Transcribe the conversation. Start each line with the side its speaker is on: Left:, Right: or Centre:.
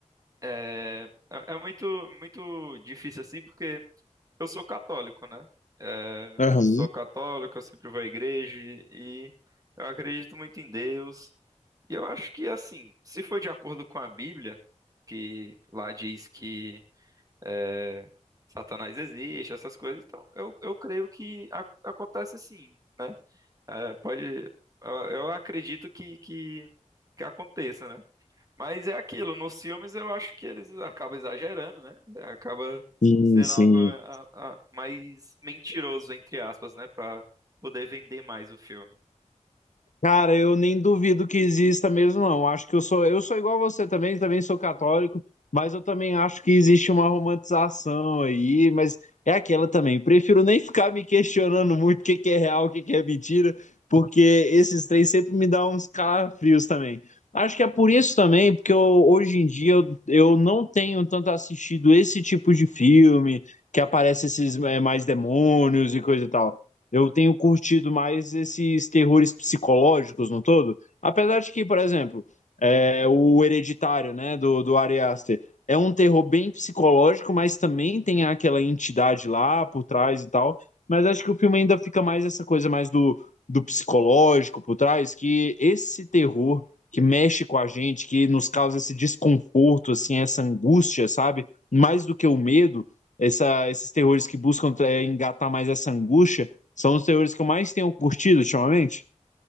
Right: É, é é muito muito difícil assim porque Eu sou católico, né? É,
Left: Aham.
Right: eu sou católico, eu sempre vou à igreja e eu acredito muito em Deus. E eu acho que, assim, se for de acordo com a Bíblia, que lá diz que é, Satanás existe, essas coisas, então eu, eu creio que a- acontece sim, né? É, pode, eu, eu acredito que, que, que aconteça, né? Mas é aquilo, nos filmes eu acho que eles acabam exagerando, né? Acaba
Left: Sim,
Right: sendo
Left: sim.
Right: algo eh, a- a- mais mentiroso, entre aspas, né? Pra poder vender mais o filme.
Left: Cara, eu nem duvido que exista mesmo, não. Acho que eu sou, eu sou igual você também, também sou católico, mas eu também acho que existe uma romantização aí, mas é aquela também. Prefiro nem ficar me questionando muito o que que é real, o que que é mentira, porque esses três sempre me dão uns calafrios também. Acho que é por isso também, porque eu, hoje em dia eu, eu não tenho tanto assistido esse tipo de filme que aparece esses é, mais demônios e coisa e tal. Eu tenho curtido mais esses terrores psicológicos no todo. Apesar de que, por exemplo, é, o Hereditário, né, do, do Ari Aster, é um terror bem psicológico, mas também tem aquela entidade lá por trás e tal. Mas acho que o filme ainda fica mais essa coisa mais do, do psicológico por trás, que esse terror que mexe com a gente, que nos causa esse desconforto, assim, essa angústia, sabe? Mais do que o medo, essa, esses terrores que buscam é, engatar mais essa angústia, são os teores que eu mais tenho curtido ultimamente?